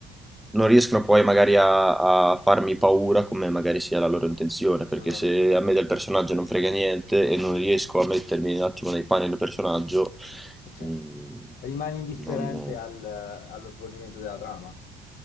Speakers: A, in the centre; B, on the left.
A: non riescono poi magari a, a farmi paura come magari sia la loro intenzione,
B: assolutamente.
A: perché se a me del personaggio non frega niente e non riesco a mettermi un attimo nei panni del personaggio,
B: E certo,
A: mm,
B: rimani indifferente
A: non...
B: al- allo svolgimento della trama?